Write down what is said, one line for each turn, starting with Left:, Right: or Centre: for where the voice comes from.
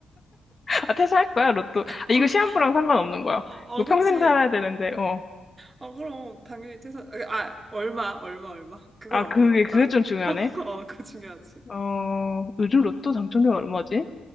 Left: 아, 퇴사할 거야, 로또. 아,
Right: 어,
Left: 이거 시한부랑 상관없는 거야.
Right: 어, 어,
Left: 이거
Right: 그치.
Left: 평생 살아야 되는데, 어.
Right: 어, 그럼, 당연히 퇴사. 아, 아, 얼마, 얼마, 얼마. 그걸
Left: 아,
Right: 안
Left: 그게,
Right: 물어봤다.
Left: 그게 좀 중요하네.
Right: <laughs> 어, 그거 중요하지.
Left: 어, 요즘 로또 당첨료가 얼마지?